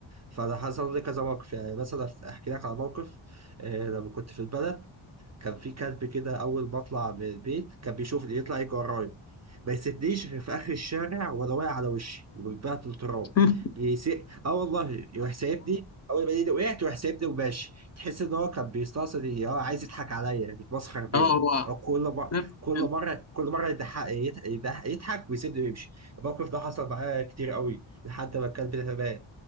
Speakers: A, on the right (about 35°); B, on the left (about 35°).
A: فأنا حصل لي كذا موقف يعني مثلا أحكي لك على موقف آه، لما كنت في البلد كان في كلب كده اول ما اطلع من البيت كان بيشوف يطلع يجي ورايا ما يسيبنيش غير في اخر الشارع وانا واقع على وشي وبتبعت التراب
B: <laughs>
A: بيسي... اه والله يروح سايبني اول ما يلاقيني وقعت يروح سايبني وماشي تحس ان هو كان بيستقصد اه عايز يضحك عليا بيتمسخر بيا
B: اه هو
A: هو كل مره
B: نفس
A: كل
B: الكلام.
A: مره كل مره يضحك يضحك, يضحك يضحك ويسيبني ويمشي الموقف ده حصل معايا كتير قوي لحد ما الكلب ده مات